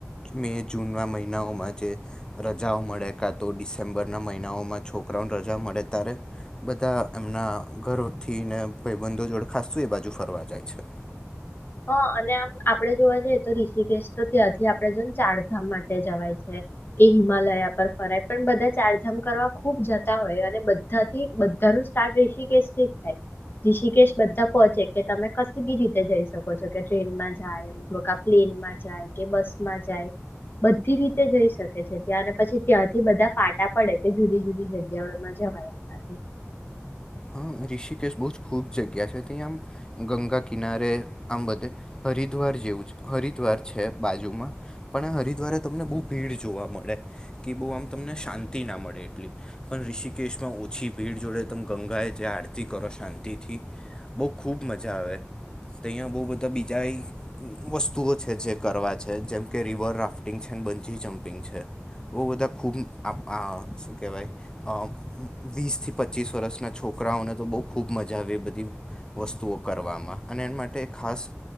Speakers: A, on the left; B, on the left.
A: મે જૂનના મહિનાઓમાં જે રજાઓ મળે કાં તો ડિસેમ્બરના મહિનાઓમાં છોકરાઓને રજા મળે ત્યારે બધા એમના <unintelligible> ને ભાઈબંધો જોડે ખાસતું એ બાજુ ફરવા જાય છે.
B: હા અને આમ આપડે જોવા જઈએ તો ઋષિકેશ તો ત્યાંથી આપડણે જોને ચારધામ માટે જવાય છે, કે હિમાલયા પર ફરાય પણ બધા ચારધામ કરવા ખુબ જતા હોય અને બધાથી બધા ન સ્ટાર ઋષિકેશ થી થાય ઋષિકેશ બધા પોહોંચે કે તમે કશ બી રીતે જઈ શ. શકો છો કે ટ્રેનમાં જાય એમક આ પ્લેનમાં જાય કે બસ માં જાય બધી રીતે જઈ શકે છે, ત્યાં અને પછી ત્યાંથી બધા ફાટા પડે કે જુદી જુદી જગ્યાઓમાં જવાયાથી.
A: હા ઋષિકેશ બહુ જ ખૂબ જગ્યા છે, ત્યાં આમ ગંગા કિનારે આમ બધે હરિદ્વાર જેવું છે, હરિદ્વાર છે, બાજુમાં પણ એ હરિદ્વારે તમને બહુ ભીડ જોવા મળે કે બહુ આમ તમને શાંતિ ના મળે એટલી પણ ઋષિકેશમાં ઓછી ભીડ જોડે તમ ગંગાએ. જે આરતી કરો શાંતિથી બહુ ખૂબ મજા આવે તો અહીંયા બહુ બધા બીજા એ વસ્તુઓ છે જે કરવા છે, જેમકે રિવર રાફ્ટિંગ છે, બંજી જમ્પિંગ છે, બહુ બધા ખૂબ શું કહેવાય <unintelligible> વીસથી પચીસ વર્ષના છોકરા. છોકરાઓને તો બહુ ખૂબ મજા આવે એ બધી વસ્તુઓ કરવામાં અને એના માટે ખાસ